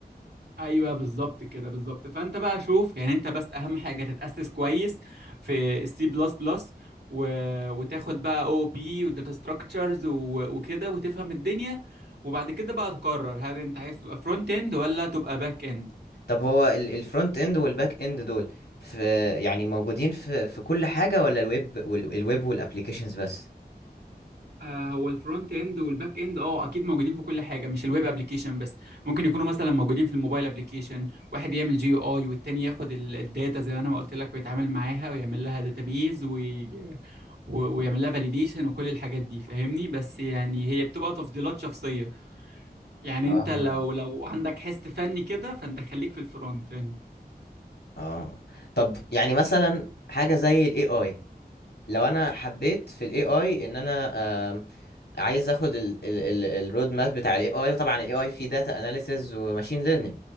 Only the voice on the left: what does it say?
طب هو الفرونت اند والباك اند دول في يعني موجودين في في كل حاجه ولا الويب وال... الويب والابليكيشنز بس
اه
اه طب يعني مثلا حاجه زي الاي اي لو انا حبيت في الاي اي ان انا آم، عايز اخد الرود ماب بتاع الاي اي وطبعا الاي اي فيه داتا اناليسز وماشين ليرنينج